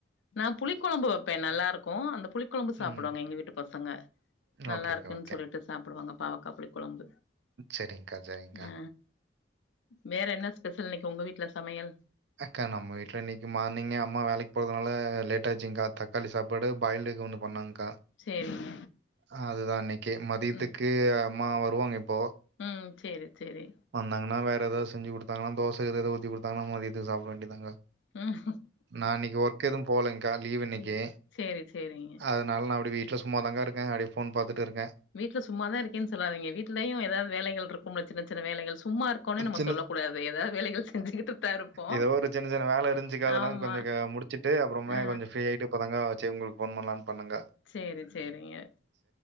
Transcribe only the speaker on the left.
நா புளிக்கொழம்பு வெப்பே நல்லாருக்கு. அந்த புளிக்கொழம்பு சாப்புடுவாங்க.
எங்க வீட்டு பசங்க நல்லாருக்குன்
சொல்லிட்டு சாப்புடுவாங்க பாவக்கா புளிக்கொழம்பு.
ஆ வேற என்ன ஸ்பெஷல் இன்னிக்கு உங்க வீட்ல சமையல்?
சேரிங்க.
ம்
ம் சேரி சேரி.
ம்
சேரி சேரி சேரிங்க
வீட்ல சும்மாதா இருக்கேனு சொல்லாதீங்க வீட்லயு ஏதாது வேலைகள் இருக்கும்ல சின்ன சின்ன வேலைகள் சும்மா இரு கோனு நம்ம
சொல்லக்கூடாது ஏதாது வேலைகள் செஞ்சுகிட்டுதா இருப்போ
ஆமா
ஆ
சேரி சேரிங்க